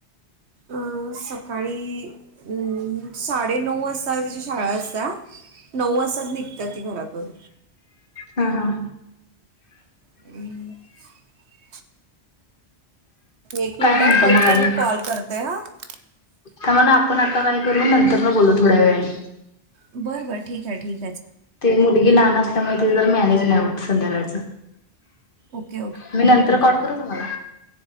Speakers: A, on the right; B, on the left.
A: अं सकाळी अं साडेनऊ वाजता तिची शाळा असत नऊ वाजताच निघत ती घरातून.
B: हा हा
A: <unintelligible> एक
B: काय
A: मिनिटा
B: म्हणता
A: कट
B: मग
A: करून
B: आणि?
A: कॉल करत <unintelligible>
B: तर मणा आपण आता काय करू नंतर न बोलू थोड्या वेळाने
A: बरं <inaudible>
B: ते मुलगीला आणा. मॅनेज नाही होत संध्याकाळच.
A: ओके
B: मी नंतर कॉल करू तुम्हाला?